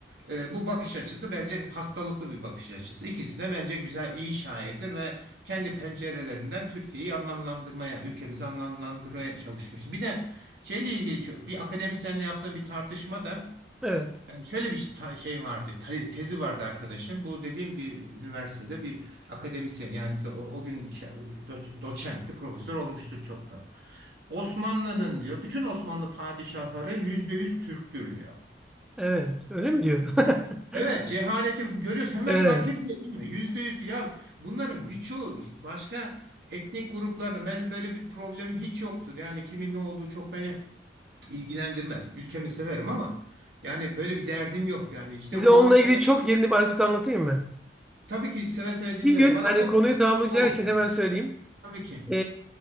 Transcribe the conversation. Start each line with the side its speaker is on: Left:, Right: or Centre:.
Right: E, bu bakış açısı bence hastalıklı bir bakış açısı. İkisi de bence güzel, iyi şairdir ve kendi pencerelerinden Türkiye'yi anlamlandırmaya, ülkemizi anlamlandırmaya çalışmış. Bir de şeyle ilgili ço- bir akademisyenle yaptığım bir tartışmada
Centre: Evet.
Right: yani şöyle bir ta- şey vardı, te- tezi vardı arkadaşım. Bu dediğim bir üniversitede bir akademisyen yani o, o gün şa- do- doçentti, profesör olmuştur çoktan. Osmanlı'nın diyor, bütün Osmanlı padişahları yüzde yüz Türktür diyor.
Centre: Evet. Öyle mi diyor? <laughs>
Right: Evet, cehaleti görüyoruz. Hemen
Centre: Evet.
Right: fark ediliyor değil mi? Yüzde yüz. Ya bunların birçoğu başka etnik gruplarda ben böyle bir problemim hiç yoktur. Yani kimin ne olduğu çok beni ilgilendirmez. Ülkemi severim ama yani böyle bir derdim yok yani. İşte
Centre: Size
Right: onun
Centre: onunla
Right: için
Centre: ilgili çok yeni bir anekdot anlatayım mı?
Right: tabii ki seve seve dinlerim.
Centre: Bir gün
Right: Bana
Centre: hani
Right: çok
Centre: konuyu tamamlayacağı
Right: çok iyi olmuş.
Centre: için hemen söyleyeyim.
Right: Tabii ki.
Centre: Ee,